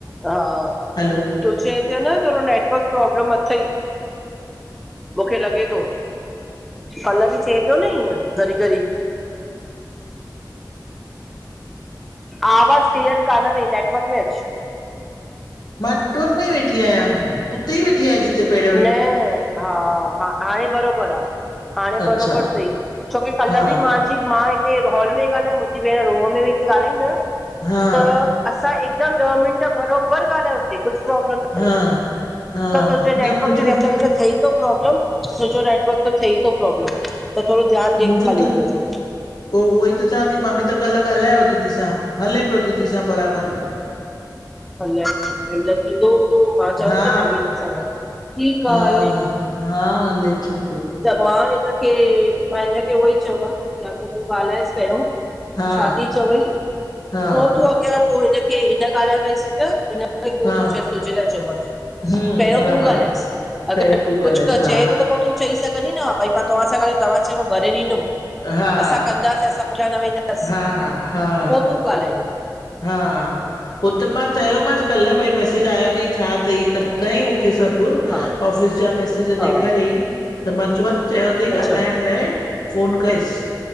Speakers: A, in the centre; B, on the left.
A: हा
B: हलो
A: तुजे हिते आ न थोड़ो नेटवर्क प्रोब्लम अथई। मूंखे लॻे तो कल्ह बि थिए पियो न इअं घड़ी -घड़ी। आवाज़ क्लीअर कान तई नेटवर्क में अचु।
B: मां नेटवर्क में ई वेठी आहियां, उते ई वेठी आहियां जिते पहिरे
A: न हा हा हाणे बराबबर आ। हाणे
B: अच्छा
A: बराबबि तई छोकी कल्ह
B: हा
A: बि मां जी मां हिते हॉल में ॻाल्हायां मुंहिंजी भेण रूम में वई ॻाल्हाई न
B: हा
A: त असां हिकदम ॾह मिनट बरोबर ॻाल्हायोसीं कुझु प्रोब्लम न
B: हा
A: हु,
B: हा
A: त तुंहिंजे
B: न
A: नेट
B: मुंहिंजो
A: तुहिंजो थियई थो प्रोब्लम छोजो नेटवर्क त थई थो प्रोब्लम त थोरो ध्यान ॾे
B: मुंहिंजो
A: खाली
B: त
A: हुन जो
B: पोइ उहो ई त चवां थी मां बि त कल्ह ॻाल्हायो दीदी सां हले पियो दीदी सां बराबरि।
A: अलाए थींदो हूंदो मां चवां
B: हा
A: थी त मां बि हिन सां ॻालहाए ठीकु
B: हा
A: आ हले
B: हा हले छो?
A: त मां हिनखे मां हिनखे उहो ई चवमसि तूं ॻाल्हाएसि पहिरियों
B: हा
A: छा थी चवई? बि
B: हा
A: पोइ तूं अॻियां पोइ हिनखे हिन ॻाल्हाए वईसीं त इन अलाए पोइ
B: हा
A: कि चए पई तुहिंजे लाइ चयो मांस
B: हम्म
A: पहिरियों
B: बराबरि
A: तूं ॻाल्हाएसि अगरि
B: पहिरियों तूं
A: कुझु
B: ॻाल्हाएसि हा
A: चए थो त पोइ तूं चई सघंदी न त भाई मां तव्हां सां ॻालहाए तव्हां जो भरे ॾंदुमि
B: हा हा
A: असां कंदास, असां पुठियां न वेंदा बस
B: हा हा
A: पोइ तूं ॻाल्हाएज
B: हा, हो त मां चयोमांसि कल्ह भई मैसेज आयो थई छा तई त ॿुधाइ मुंखे सब
A: हा
B: आफिस जा मैंसेज
A: हा
B: ॾेखारई तो मां चयो मांस चयो अथई
A: अच्छा
B: ॻाल्हाइण लाइ फफ़ोन कईसि